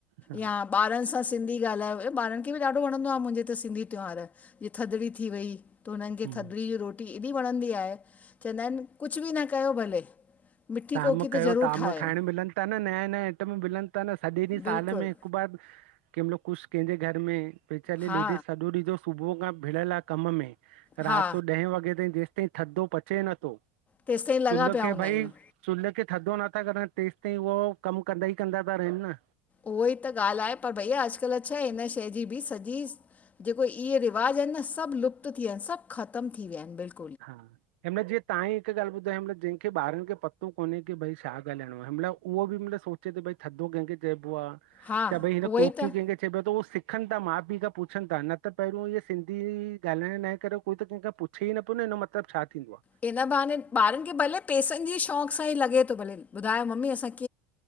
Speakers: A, on the right; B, on the left.
A: हा
B: या बारन सां सिंधी ॻाल्हायो ऐं ॿारन खे बि ॾाढो वणंदो। मुहिंजे त सिंधी त्योहार जिअं थदड़ी थी वयी त हुन्नखे
A: हम्म
B: थदड़ी जी रो टी एॾी वणंदी आहे, चवंदा आहिन कुछ बि न कयो भले मिठी
A: ताम
B: कोकी त
A: कयो
B: ज़रूरु
A: ताम
B: ठाहियो
A: खाइण मिलन था नया नया आइटम मिलन था न थदे ॾींह
B: बिल्कुलु
A: साल में। ब कहिंमल कुछ कंहिंजे घर में वेचारी
B: हा
A: लेडीस सॼो डींह जो सुबुह खां भिड़़ियल आ कम में
B: हा
A: रात जो ॾहें वॻे ताईं जेसि ताईं थधो पचे नथो
B: तेसिताईं लॻा
A: चुल
B: पिया
A: के
B: हूंदा
A: भई
B: आहियूं
A: चुल्ह खे थधो नथा करन तेस ताईं उहो कम कंदा ई कंदा ता रहन न।
B: उहो ई त ॻाल्ह आहे पर भईया अॼकल्ह छा हिन शए जी बि सॼी जेको इहे रिवाज आहिन न सब लुप्त थी विया आहिन सब ख़तम थी विया आहिन बिल्कुल।
A: हा। हिन महिल जीअं तवां हिकु ॻाल्ह ॿुधायो मल जंहिं ॿारनि खे पतो कोन्हें की भई छा ॻालाइणो आहे महिल उहो बि मलब सोचे चे भई थधो कहखे चयबो आ?
B: हा
A: छा भई हिन
B: उहो
A: कोकी
B: ई त
A: कहखे चए पियो त उ सिखन था माउ पीउ खां पुछनि था न त पहिरियों इअ सिंधी ॻाल्हाइण न जे करे कोई त कंहिंख खां पुछे ई न प न हिन जो मतिलब छा थींदो आ?
B: हिन बहाने ॿारन खे भले पैसन जी शौक़ सां ई लॻे थो भले ॿुधायो ममी असांखे